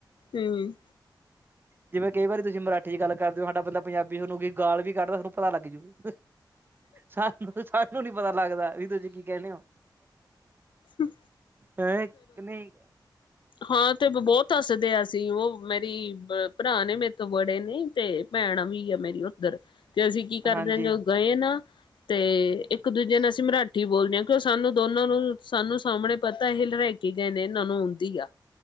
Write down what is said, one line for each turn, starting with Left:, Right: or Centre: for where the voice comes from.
Left: ਹਮ
Right: ਜਿਵੇਂ ਕਈ ਵਾਰੀ ਤੁਸੀਂ ਮਰਾਠੀ'ਚ ਗੱਲ ਕਰਦੇ ਹੋ, ਸਾਡਾ ਬੰਦਾ ਪੰਜਾਬੀ - ਗਾਲ ਵੀ ਕੱਢਦਾ, ਤੁਹਾਨੂੰ ਪਤਾ ਲੱਗ ਜਾਊ। ਸਾਨੂੰ-ਸਾਨੂੰ ਨੀ ਪਤਾ ਲੱਗਦਾ, ਵੀ ਤੁੂਸੀ ਕੀ ਕਹਿਣੇ ਹੋ।
Left: ਹ-
Right: ਹੈ ਕਿ ਨਹੀਂ?
Left: ਹਾਂ, ਤੇ ਬਹੁਤ ਹੱਸਦੇ ਅਸੀ, ਉਹ ਮੇਰੀ ਭਰਾ ਨੇ ਮੇਰੇ ਤੋਂ ਬੜੇ ਨੇ- ਤੇ ਭੈਣਾਂ ਵੀ ਆ ਮੇਰੀ ਉੱਧਰ, ਤੇ ਅਸੀਂ ਕੀ ਕਰਦੇ
Right: ਹਾਂਜੀ
Left: ਹਾਂ ਜੋਂ ਗਏ ਨਾ- ਤੇ ਇੱਕ ਦੂਜੇ ਨਾਲ, ਅਸੀਂ ਮਰਾਠੀ ਬੋਲਦੇ ਹਾਂ। ਕਿਉਂ ਸਾਨੂੰ ਦੋਨਾਂ ਨੂੰ ਸਾਨੂੰ ਸਾਹਮਣੇ ਪਤਾ ਹੀ - ਕੀ ਕਹਿਣੇ, ਇਹਨਾਂ ਨੂੰ ਆਉਦੀ ਆ।